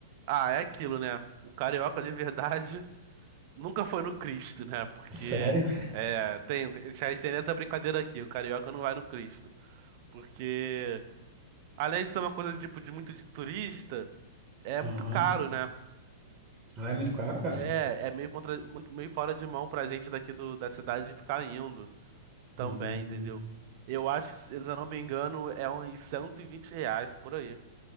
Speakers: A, on the right; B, on the right.
A: Ah, é aquilo, né? O carioca de verdade <laughs> nunca foi no Cristo, né? Porque
B: Sério?
A: é, tem, a gente tem essa brincadeira aqui, o carioca não vai no Cristo. Porque além de ser uma coisa tipo de muito de turista, é
B: Aham.
A: muito caro, né?
B: Ah, é muito caro, cara.
A: É, é meio contra, muito- meio fora de mão pra gente daqui do, da cidade ficar indo também,
B: Hum,
A: entendeu? Eu acho que, se eu não me engano, é uns 120 reais por aí,